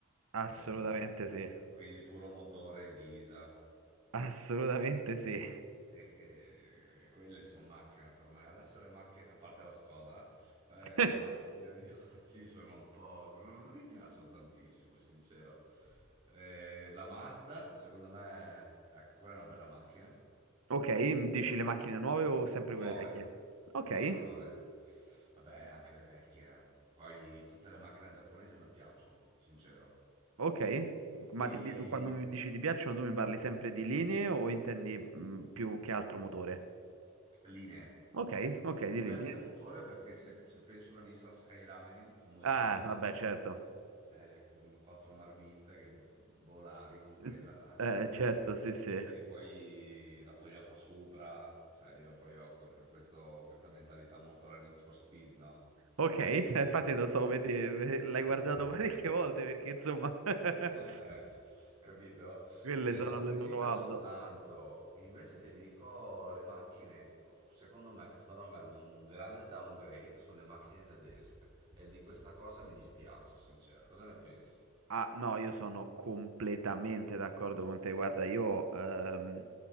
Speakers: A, on the right; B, on the right.
A: Assolutamente
B: Eh,
A: sì.
B: quindi puro motore Ghisa.
A: Assolutamente sì.
B: E, e- e quelle sono macchine per me. Adesso le macchine, a parte la Skoda, eh,
A: <laughs>
B: le macchine di oggi sono un po'... non, non mi piacciono tantissimo, sincero. Eh, la Mazda, secondo me, ecco, quella è una bella macchina.
A: Ok, dici le macchine nuove o sempre
B: Nuove,
A: quelle vecchie? Ok.
B: 9, 9. Vabbè, anche le vecchie. eh. Poi tutte le macchine giapponesi mi piacciono, sincero.
A: Ok, ma
B: E
A: ti pi- quando mi dici ti piacciono, tu mi parli sempre di linee o intendi mh, più che altro motore?
B: linee.
A: Ok, ok, di
B: Poi
A: linee.
B: anche motore perché se, se penso alla Nissan Skyline, famosissima,
A: Ah, vabbè, certo.
B: eh, con quattro marmite che volavi con quella,
A: <laughs> Eh, certo,
B: eh,
A: sì, sì.
B: e poi la Toyota Supra, cioè io poi ho que- questo- questa mentalità molto la Need for Speed, no?
A: Ok, <laughs> eh,
B: Quindi...
A: infatti lo so, vedi, eh, l'hai
B: <laughs>
A: guardato <laughs> parecchie volte perché insomma, <laughs>
B: eh, capito?
A: quelle
B: E
A: sono
B: I giapponesi
A: le loro
B: mi piacciono
A: auto.
B: tanto, invece vi dico le macchine, secondo me che stanno avendo un grande downgrade sono le macchine tedesche e di questa cosa mi dispiace, sincero. Cosa ne pensi?
A: Ah, no, io sono completamente d'accordo con te. Guarda, io ehm,